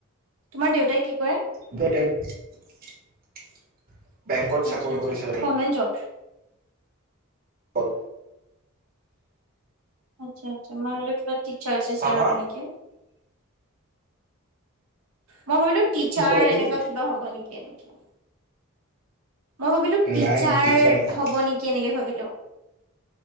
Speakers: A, on the right (about 80°); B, on the right (about 45°).
A: তোমাৰ দেউতাই কি কৰে?
B: <inaudible> বেংকত চাকৰি
A: আচ্ছা আচ্ছা,
B: কৰিছে
A: গৰমেণ্ট জব?
B: অ'।
A: আচ্ছা আচ্ছ <unintelligible> কিবা টিছাৰ ছিছাৰ
B: হা হা
A: হ'ব নেকি? মই ভাবিলো টিচাৰ
B: কি ক'লা তুমি
A: এনেকুৱা কিবা হ'ব নেকি এনেকে। মই ভাবিলো টিচাৰ
B: নাই নাই নহয়
A: হ'ব নেকি, এনেকে ভাবিলো।